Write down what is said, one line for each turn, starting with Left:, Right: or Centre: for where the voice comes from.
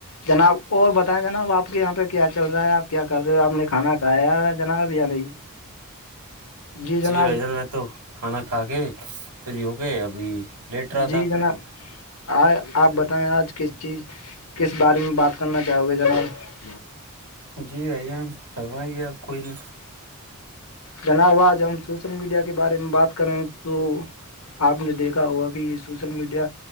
Left: جناب اور بتائیں جناب آپ کے یہاں پہ کیا چل رہا ہے آپ کیا کر رہے ہو آپ نے کھانا کھایا ہے جناب یار جی جناب
Right: بھائی جان میں تو کھانا کھا کے پھر ہوو کے ابھی لیٹ رہا
Left: جی
Right: تھا
Left: جناب آ آپ بتائیں آج کس چیز کس بارے میں بات کرنا چاہو گے جناب
Right: جی بھائیان فرمائیں آپ کوئی نہ
Left: جناب آج ہم سوشل میڈیا کے بارے میں بات کریں تو آپ نے دیکھا ہوا کہ یہ سوشل میڈیا